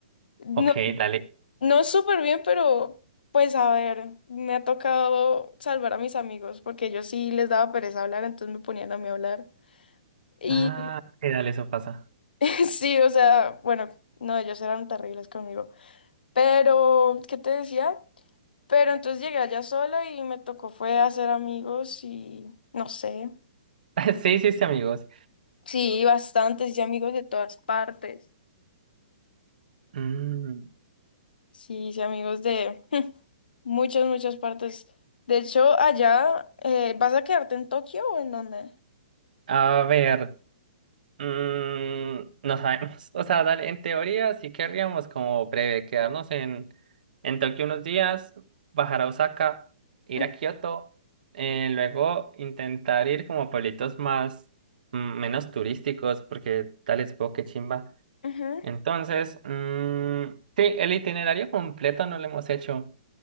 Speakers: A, on the left (about 85°); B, on the right (about 65°).
A: No,
B: Ok, dale.
A: no súper bien, pero pues a ver, me ha tocado salvar a mis amigos porque yo sí les daba pereza hablar, entonces me ponían a mí a hablar. Y
B: Ah, ok, dale, eso pasa.
A: <laughs> sí, o sea, bueno, no, ellos eran terribles conmigo. Pero, ¿qué te decía? Pero entonces llegué allá sola y me tocó fue hacer amigos y no sé.
B: <laughs> Sí, sí, sí, amigos.
A: Sí, bastantes, hice amigos de todas partes.
B: Mm,
A: Sí, hice amigos de <laughs> muchas, muchas partes. De hecho, allá, eh, ¿vas a quedarte en Tokio o en dónde?
B: a ver, mm, no sabemos. <laughs> O sea, dale, en teoría sí querríamos como breve quedarnos en, en Tokio unos días, bajar a Osaka, ir
A: Ujú,
B: a Kioto, eh, luego intentar ir como a pueblitos más, mm, menos turísticos, porque dale, supongo que chimba.
A: ujú.
B: Entonces, mm, sí, el itinerario completo no lo hemos hecho,